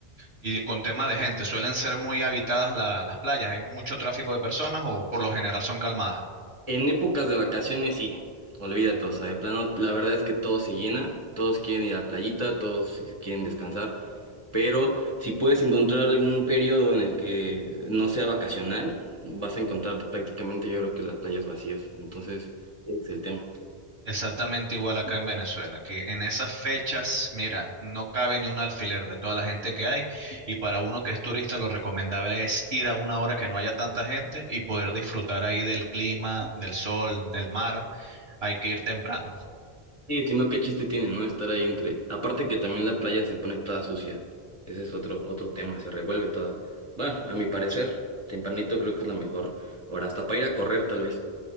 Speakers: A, on the right; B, on the right.
A: Y de- con tema de gente, ¿suelen ser muy habitadas la- las playas? ¿Hay mucho tráfico de personas o por lo general son calmadas?
B: En épocas de vacaciones, sí, olvídate, o sea, de plano, la verdad es que todo se llena, todos quieren ir a la playita, todos quieren descansar, pero si puedes encontrar algún periodo en el que no sea vacacional, vas a encontrar prácticamente yo creo que las playas vacías, entonces ese es el tema.
A: Exactamente igual acá en Venezuela, que en esas fechas, mira, no cabe ni un alfiler de toda la gente que hay y para uno que es turista lo recomendable es ir a una hora que no haya tanta gente y poder disfrutar ahí del clima, del sol, del mar, hay que ir temprano.
B: Sí, si no, qué chiste tiene, ¿no? Estar ahí entre... Aparte que también la playa se pone toda sucia, ese es otro, otro tema, se revuelve toda. Bueno, a mi parecer, tempranito creo que es la mejor hora, hasta para ir a correr tal vez.